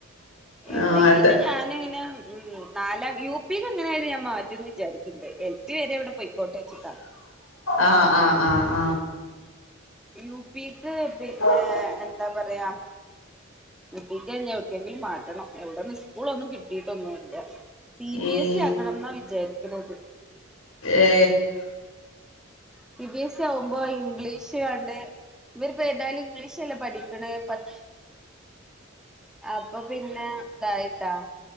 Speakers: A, in the centre; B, on the left.
A: എല്ലെങ്കിന്ന
B: ആഹ് എട്ട്
A: ഞാന ഇങ്ങനെ ഉ നാലാം യു പിക്ക് എങ്ങനെയ ആരുന്നു ഞാൻ മാറ്റന്ന് വിചാരിക്കണ്ട് എൽ പി വരെ ഇവിടെ പൊയിക്കോട്ട് വെച്ചിട്ടാണ്
B: ആഹ് ആ ആഹ്
A: യു പിക്ക് പിന്നെ
B: ആഹ്
A: എന്താ പറയാ നക്ക കഴിഞ്ഞ എർക്കെങ്കിലും മാറ്റണം എവിടെന്ന് സ്കൂള ഒന്നും കിട്ടീട്ടൊന്നുംല്ല സി ബി
B: ഉം
A: എസ് സ ആകണം എന്നാ വിചാരിക്കത്
B: ഏ
A: സി ബി എസ് സി ആവുമ്പോ ഇംഗ്ലീഷ് കണ്ട് ഇവര്പ്പോ എന്തായാലും ഇംഗ്ലീഷല്ല പഠിക്കണ പ അപ്പൊ പിന്നെ ഇതായി ട്ട